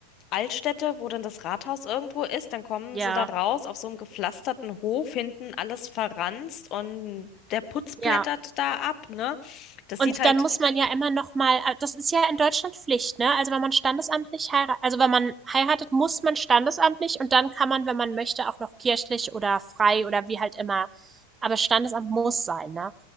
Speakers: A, on the left; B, on the right.
A: Altstädte, wo dann das Rathaus irgendwo ist, dann kommen
B: Ja,
A: sie da raus auf so einem gepflasterten Hof, hinten alles verranzt und der Putz blättert
B: ja.
A: da ab, ne? Das
B: Und
A: sieht halt,
B: dann muss man ja immer noch mal ah, das ist ja in Deutschland Pflicht, ne? Also, wenn man standesamtlich heira also, wenn man heiratet, muss man standesamtlich und dann kann man, wenn man möchte, auch noch kirchlich oder frei oder wie halt immer. Aber Standesamt muss sein, ne?